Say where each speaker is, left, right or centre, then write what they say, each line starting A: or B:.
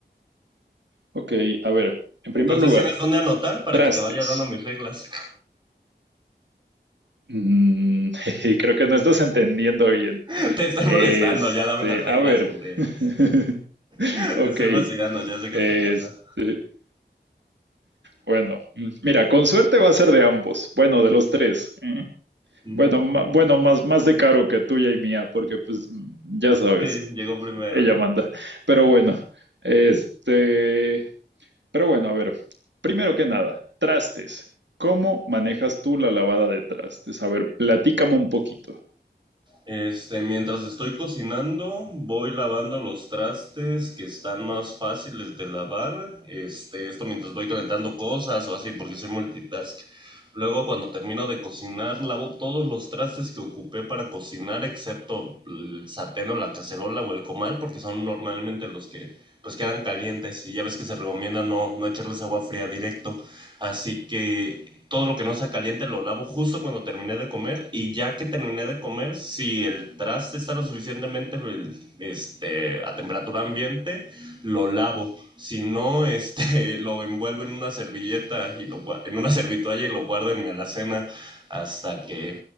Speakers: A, on the right; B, on the right.
A: Ok, a ver, en
B: Entonces,
A: primer lugar,
B: ¿tienes dónde anotar para
A: trastes.
B: que te vaya dando mis reglas?
A: Mm, <laughs> creo que no estás entendiendo bien.
B: <laughs> Te estoy
A: Este,
B: molestando, ya dame las reglas,
A: a ver,
B: hombre.
A: <laughs>
B: <laughs>
A: ok,
B: Te estoy vacilando, ya sé que
A: este,
B: es tu casa.
A: bueno, mira, con suerte va a ser de ambos, bueno, de los tres. ¿eh?
B: Ujú.
A: Bueno, ma- bueno, más, más de Caro que tuya y mía, porque pues mm, ya sabes,
B: Sí, llegó primero.
A: ella manda. Pero bueno, este, pero bueno, a ver, primero que nada, trastes. ¿Cómo manejas tú la lavada de trastes? A ver, platícame un poquito.
B: Este, mientras estoy cocinando, voy lavando los trastes que están más fáciles de lavar. Este, esto mientras voy calentando cosas o así, porque soy multitask. Luego, cuando termino de cocinar, lavo todos los trastes que ocupé para cocinar, excepto el sartén o la cacerola o el comal, porque son normalmente los que pues quedan calientes. Y ya ves que se recomienda no, no echarles agua fría directo. Así que todo lo que no sea caliente lo lavo justo cuando terminé de comer comer y ya que terminé de comer, si el traste está lo suficientemente este, a temperatura ambiente, lo lavo. Si no, este, <laughs> lo envuelvo en una servilleta y lo, en una servitoalla y lo guardo en mi alacena hasta que